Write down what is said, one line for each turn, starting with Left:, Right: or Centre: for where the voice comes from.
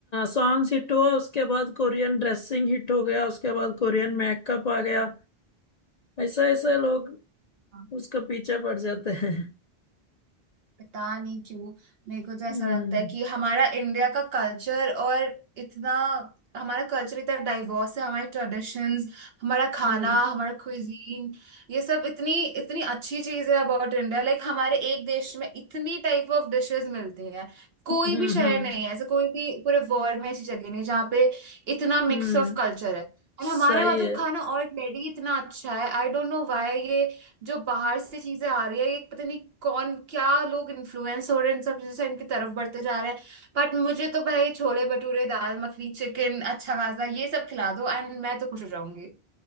Left: सॉन्ग्स हिट हुआ उसके बाद कोरियन ड्रेसिंग हिट हो गया उसके बाद कोरियन मेकअप आ गया ऐसा ऐसा लोग
Right: <laughs>
Left: उसका पीछे पड़ जाते हैं
Right: पता नहीं क्यों मेरे को तो ऐसा
Left: हम्म
Right: लगता है कि हमारा इंडिया का कल्चर और इतना हमारा कल्चर इतना डाइवर्स है हमारी ट्रेडिशंस हमारा खाना
Left: हम्म
Right: हमारा क्विजीन ये सब इतनी इतनी अच्छी चीज है अबाउट इंडिया लाइक हमारे एक देश में इतनी टाइप ऑफ डिशेस मिलती हैं कोई
Left: हम्म
Right: भी शहर
Left: हम्म
Right: नहीं है ऐसे कोई भी पूरे वर्ल्ड में ऐसी जगह नहीं है जहाँ पे इतना मिक्स
Left: हम्म,
Right: ऑफ कल्चर है और
Left: सही
Right: हमारे वहाँ तो
Left: है
Right: खाना ऑलरेडी इतना अच्छा है आई डोंट नो व्हाई ये जो बाहर से चीजें आ रही है ये पता नहीं कौन क्या लोग इन्फ्लुएंस हो रहे हैं इन सब चीजों से इनकी तरफ बढ़ते जा रहे हैं बट मुझे तो भाई छोले भटूरे दाल मखनी चिकन अच्छा खासा ये सब खिला दो एंड मैं तो खुश हो जाऊंगी